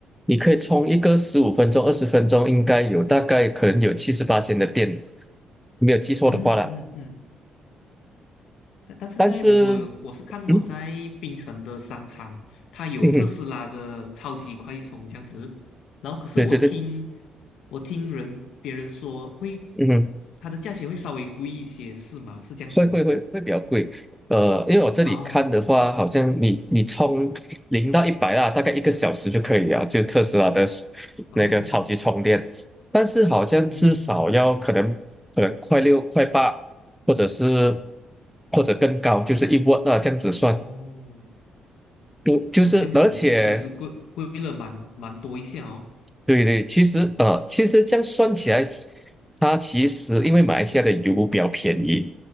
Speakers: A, in the centre; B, on the left (about 75°).
A: 你可以充一个十五分钟、二十分钟，应该有大概可能有七十八的电，没有记错的话啦。
B: 嗯嗯嗯。但但是在我我我是看我在槟城的商场，
A: 但是，嗯
B: 它有特斯拉的超级快充这样子，
A: 嗯哼，
B: 然后可是我听
A: 对对对，
B: 我听人别人说会，
A: 嗯哼。
B: 它的价钱会稍微贵一些，是吗？是这样子吗？
A: 会会会会比较贵，呃，因为我这里看的话，
B: 哦
A: 好像你你充零到一百啊，大概一个小时就可以了，就特斯拉的
B: 哦，
A: 那个超级充电，但是好像至少要可能可能快六快八，
B: 嗯嗯嗯，
A: 或者是或者更高，就是一瓦那这样子算，
B: 哦。
A: 就就是而且
B: 哦，这样子其其实贵贵了蛮蛮多一下哦。
A: 对对，其实呃，其实这样算起来，它其实因为马来西亚的油比较便宜，